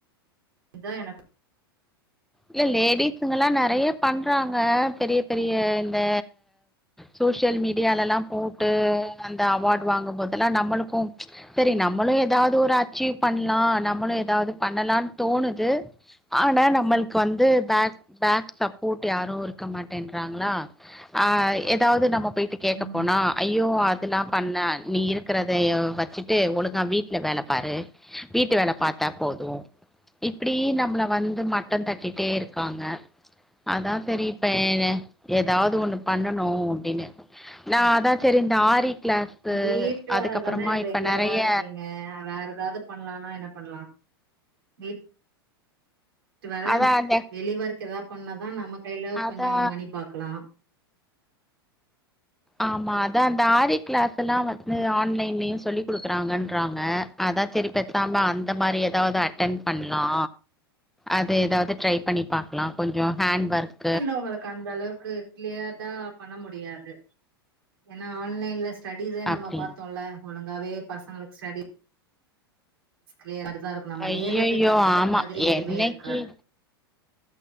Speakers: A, on the right; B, in the centre.
A: இதா எனக்கு
B: இல்ல லேடிஸுங்கல்லா நெறைய பண்றாங்க பெரிய பெரிய இந்த சோசியல் மீடியாலல்லா போட்டு அந்த அவார்டு வாங்கு போதெல்லா நம்மளுக்கு சேரி நம்மளு எதாவது ஒரு அச்சீவ் பண்ணலா நம்மளு எதாவது பண்ணலான்னு தோணுது ஆனா நம்மளுக்கு வந்து பேக் பேக் சப்போர்ட் யாரு இருக்க மாட்டேன்றாங்களா ஆ எதாவது நம்ம போயிட்டு கேக்க
A: ம்.
B: போனா ஐயோ அதெல்லா பண்ண நீ இருக்கிறத வச்சுட்டு ஒழுங்கா வீட்டுல வேலைப் பாரு வீட்டு வேல பாத்தா போது இப்டி நம்மள வந்து மட் டம் தட்டிட்டே இருக்காங்க அதா தெரியு இப்ப என் ஏதாவது ஒன்னு பண்ணணு அப்டின்னு நா அதா செரி இந்த ஆரி கிளாஸு
A: வீட்டு வேல
B: அதுக்கப்புறமா
A: தான ரெகுலரா
B: இப்ப நெறைய
A: இருக்கீங்க வேற ஏதாவது பண்ணலானா என்ன பண்ணலா நீ வேர
B: அதா
A: நம்ம
B: அந்த
A: வெளிவோர்க்க ஏதாவ பண்ணாதா நமக்கு கையில
B: அதா
A: கொஞ்சோ மணி பாக்கலா
B: ஆமா அதா அந்த ஆரி கிளாஸ் எல்லா வந்து ஆன்லைன்லயு சொல்லி குடுக்குறாங்கன்றாங்க அதா சேரி பேசாம அந்த மாரி ஏதாவது அட்டன் பண்ணலா அது எதாவது ட்ரை பண்ணி பாக்கலாம் கொஞ்சோ கேண்ட் ஒர்க்
A: ன்னு உங்களுக்கு அந்த அளவுக்கு கிளியர் டா பண்ண முடியாது ஏன்னா ஆன்லைன்ல ஸ்டடிஸே நம்ம
B: அப்டின்னு
A: பாத்தோம்ல ஒழுங்காவே பசங்களுக் ஸ்டடி ளியர் அடிதா இருக்கு நம்ம
B: ஐயையோ
A: நேர்ல போய் கத்துக்கற
B: ஆமா
A: மாரி எதுமே
B: என்னைக்கு
A: இருக்காது